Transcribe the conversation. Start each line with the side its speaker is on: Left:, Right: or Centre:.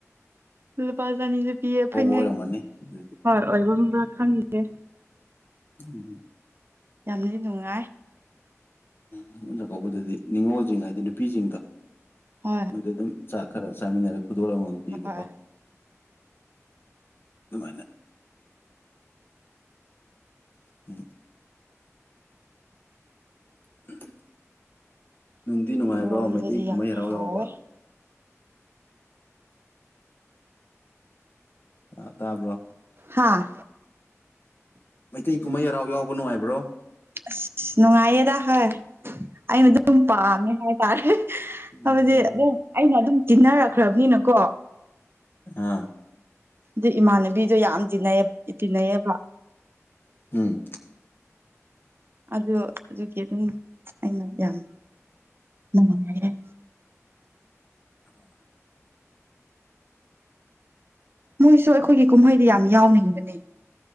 Right: ꯂꯨꯄꯥ ꯆꯥꯅꯤꯁꯨ ꯄꯤꯌꯦ ꯐꯩꯅꯦꯛ
Left: ꯑꯣꯏꯔꯝꯃꯅꯤ ꯑꯗꯨꯗꯤ
Right: ꯍꯣꯏ ꯑꯣꯏꯕꯝꯕ꯭ꯔ ꯈꯪꯗꯤꯌꯦ
Left: ꯎꯝ
Right: ꯌꯥꯝꯅꯗꯤ ꯅꯨꯡꯉꯥꯏ
Left: ꯅꯤꯡꯉꯣꯟ ꯆꯥꯛꯀꯧꯕꯗꯗꯤ ꯅꯤꯡꯉꯣꯜꯖꯤꯡ ꯍꯥꯏꯗꯤ ꯅꯨꯄꯤꯁꯤꯡꯗ
Right: ꯍꯣꯏ
Left: ꯃꯣꯏꯗ ꯑꯗꯨꯝ ꯆ ꯈꯔ ꯆꯥꯃꯤꯟꯅꯔꯒ ꯈꯨꯗꯣꯜ ꯑꯃꯃꯝ ꯄꯤꯕꯀꯣ
Right: ꯍꯣꯏ
Left: ꯑꯗꯨꯃꯥꯏꯅ ꯎꯝ <inaudible> ꯅꯨꯡꯗꯤ
Right: ꯑꯗꯨꯒꯤ
Left: ꯅꯨꯡꯉꯥꯏꯕ꯭ꯔꯣ
Right: ꯔꯣꯝꯗꯗꯤ
Left: ꯃꯩꯇꯩ ꯀꯨꯝꯍꯩ
Right: ꯌꯥꯝ
Left: ꯍꯔꯥꯎ
Right: ꯍꯥꯎꯋꯦ
Left: ꯌꯥꯎꯕ ꯑꯥ ꯇꯥꯕ꯭ꯔꯣ
Right: ꯍꯥꯥ
Left: ꯃꯩꯇꯩ ꯀꯨꯝꯍꯩ ꯍꯔꯥꯎ ꯌꯥꯎꯕ ꯅꯨꯡꯉꯥꯏꯕ꯭ꯔꯣ
Right: ꯑꯁ ꯅꯨꯡꯉꯥꯏꯌꯦꯗ ꯍꯣꯏ ꯑꯩꯅ ꯑꯗꯨꯝ ꯄꯥꯝꯃꯦ ꯍꯥꯏꯇꯥꯔꯦ
Left: ꯎꯝ
Right: ꯍꯥꯏꯕꯗꯤ ꯑꯗꯨꯝ ꯑꯩꯅ ꯑꯗꯨꯝ ꯇꯤꯟꯅꯔꯛꯈ꯭ꯔꯕꯅꯤꯅꯀꯣ
Left: ꯑꯥ
Right: ꯑꯗꯨ ꯏꯃꯥꯟꯅꯕꯤꯗꯣ ꯌꯥꯝ ꯇꯤꯟꯅꯩ ꯇꯤꯟꯅꯩꯑꯕ
Left: ꯎꯝ
Right: ꯑꯗꯨ ꯑꯗꯨꯒꯤ ꯑꯗꯨꯝ ꯑꯩꯅ ꯌꯥꯝ <unintelligible>
Left: ꯑꯣ
Right: ꯃꯣꯏꯁꯨ ꯑꯩꯈꯣꯏꯒꯤ ꯀꯨꯝꯍꯩꯗꯤ ꯌꯥꯝ ꯌꯥꯎꯅꯤꯡꯕꯅꯦ